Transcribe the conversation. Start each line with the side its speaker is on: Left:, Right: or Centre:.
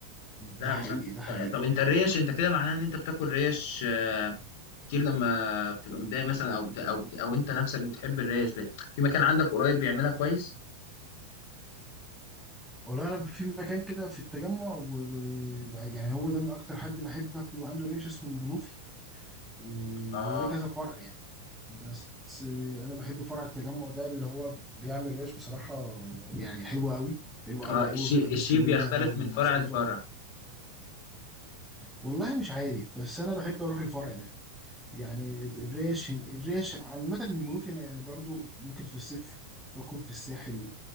Left: لا
Centre: ده حقيقي
Left: بصراحه
Centre: ده حقيقي
Left: ط- طب انت الريش انت كده معناها ان انت بتاكل ريش آه، كتير لما بتبقى متضايق مثلا او بت... او بت... او انت نفسك بتحب الريش ليه؟ في مكان عندك قريب بيعملها كويس
Centre: والله انا في مكان كده في التجمع و... و- يعني هو ده من اكتر حد بحب اكل عنده ريش اسمه المنوفي إيه،
Left: اه
Centre: هو ليه كذا فرع يعني بس إيه، انا بحب فرع التجمع ده اللي هو بيعمل ريش بصراحة يعني حلوة قوي حلوة
Left: اه
Centre: قوي قوي
Left: الشيء
Centre: بتبقى مستوية
Left: الشيء بيختلف
Centre: ومظبوطة
Left: من فرع لفرع
Centre: والله مش عارف بس انا بحب اروح الفرع ده يعني الريش الريش عامة المنوفي انا يعني برضو ممكن في الصيف باكل في الساحل